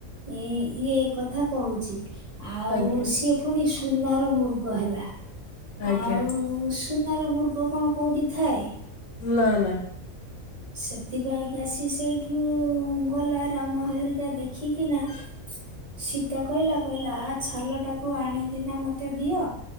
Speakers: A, on the right; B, on the left.
A: ଏ ଇଏ କଥା କହୁଛି ଆଉ
B: ଆଜ୍ଞା
A: ସିଏ ଫୁଣି ସୁନାର ମୃଗ ହେଲା।
B: ଆଜ୍ଞା,
A: ଆଉ ସୁନାର ମୃଗ କଣ କୋଉଠି ଥାଏ।
B: ନା ନା,
A: ସେଥିପାଇଁ କି ଆସି ସେଇଠୁ ଗଲା ରାମ ହେରିକା ଦେଖିକିନା
B: ହଁ <inaudible>
A: ସୀତା କହିଲା କହିଲା ଆ ଛାଲ ଟାକୁ ଆଣିକିନା ମତେ ଦିଅ